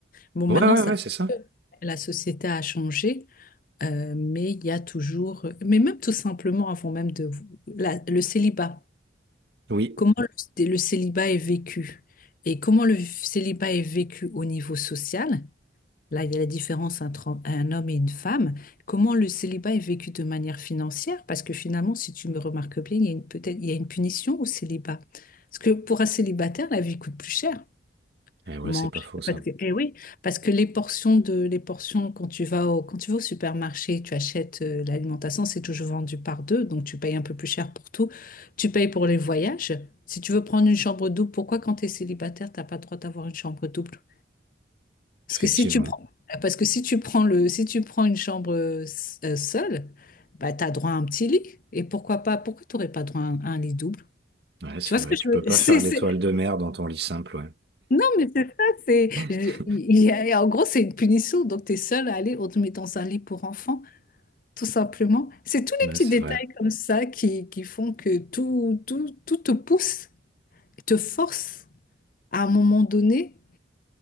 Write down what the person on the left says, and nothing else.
Bon,
maintenant,
ça,
la société a changé, euh, mais il y a toujours, mais même tout simplement avant même de la- le célibat.
Comment le, le célibat est vécu? Et comment le célibat est vécu au niveau social? Là, il y a la différence entre un un homme et une femme. Comment le célibat est vécu de manière financière? Parce que finalement, si tu me remarques bien, il y a une, peut-être, il y a une punition au célibat. Parce que pour un célibataire, la vie coûte plus cher
mange.
Parce que, eh oui, parce que les portions de, les portions, quand tu vas au, quand tu vas au supermarché, tu achètes euh, l'alimentation, c'est toujours vendu par deux, donc tu payes un peu plus cher pour tout. Tu payes pour les voyages. Si tu veux prendre une chambre double, pourquoi quand tu es célibataire, t'as pas le droit d'avoir une chambre double? Parce
que si tu prends, parce que si tu prends le, si tu prends une chambre euh, s- euh, seule, bah, tu as droit à un petit lit. Et pourquoi pas, pourquoi tu n'aurais pas droit à un, à un lit double?
Tu vois
ce que je
veux? <laughs>
C'est,
c'est-
Non, mais c'est ça, c'est.
je- il y a- en gros, c'est une punition, donc tu es seul à aller, on te met dans un lit pour enfants, tout simplement. C'est tous les
petits
détails
comme ça qui, qui font que tout, tout, tout te pousse, te force à un moment donné